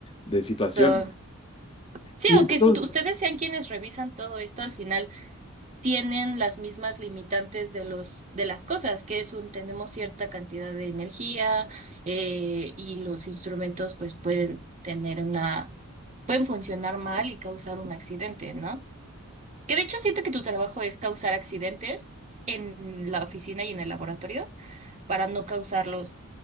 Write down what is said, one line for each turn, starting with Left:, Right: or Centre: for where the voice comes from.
Left: de situación.
Right: So, sí,
Left: Y
Right: aunque
Left: estos,
Right: est- ustedes sean quienes revisan todo esto, al final tienen las mismas limitantes de los, de las cosas, que es un, tenemos cierta cantidad de energía, eh, y los instrumentos pues pueden tener una, pueden funcionar mal y causar un accidente, ¿no? Que de hecho siento que tu trabajo es causar accidentes en la oficina y en el laboratorio para no causarlos